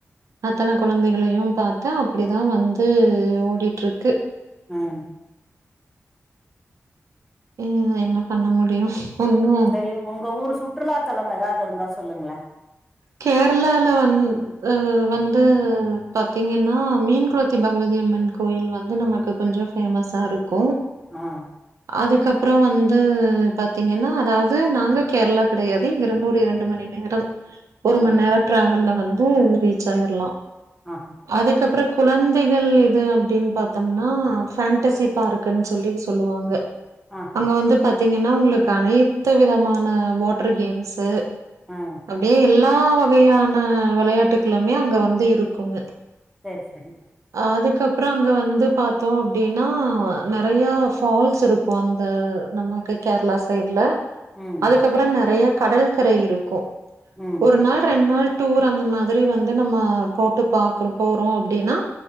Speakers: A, on the right (about 90°); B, in the centre.
A: அத்தன குழந்தைகளையு பாத்து அப்டிதா வந்து ஓடிட்டு இருக்கு
B: ம்
A: இத என்ன பண்ண முடியு ஒன்னு
B: சரி உங்க ஊர் சுற்றுலாத்தலம் ஏதாவது இருந்தா சொல்லுங்கள
A: கேரளால வந்து அ வந்து பாத்தீங்கன்னா மீன் குளத்தி பகவதிய அம்மன் கோயில் வந்து நமக்கு கொஞ்ச ஃபேமஸா இருக்கும்
B: ஆ
A: அதுக்கப்பற வந்து பாத்தீங்கன்னா அதாவது நாங்க கேரளா கிடையாது இங்க இருந்து ஒரு ரெண்டு மணி நேரம் ஒரு
B: ஆ
A: ம நேர டிராவல்ல வந்து ரீச் ஆயிரலா
B: ஆ
A: அதுக்கப்பற குழந்தைகள் இது அப்டின்னு பாத்தோம்னா ஃபண்டசி பார்க் குன்னு சொல்லி சொல்லுவாங்க
B: ஆஹா
A: அங்க வந்து பாத்தீங்கன்னா உங்களுக்கு அனைத்து விதமான வாட்டர் கேம்ஸு
B: ஆஹ
A: அப்டியே எல்லா வகையான விளையாட்டுக்களுமே அங்க வந்து இருக்குங்க
B: சேர் சேரி
A: அதுக்கப்பற அங்க வந்து பாத்தோ அப்டின்னா நறையா ஃபால்ஸ் இருக்கு இப்போ வந்து நமக்கு கேரளா சைட்ல
B: ம்
A: அதுக்கப்புறோ நெறைய கடல்கரை இருக்கு
B: ம்
A: ஒரு நாள் ரெண்டு நாள் டூர் அந்த மாதிரி வந்து நம்ம போட்டு பாக்குற போறோ அப்டின்னா